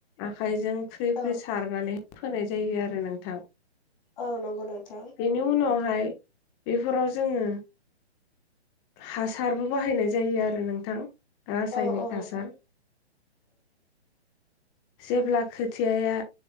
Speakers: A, on the left; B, on the left.
A: आखाइजों फ्रि
B: औ
A: फ्रि सारनानै फोनाय जायो आरो नोंथां।
B: औ नंगौ नोंथां।
A: बेनि उनावहाय बेफोराव जोङो हासारबो बाहायनाय जायो आरो नोंथां। आ रायसायनिखा
B: औ औ
A: हासार जेब्ला खोथियाया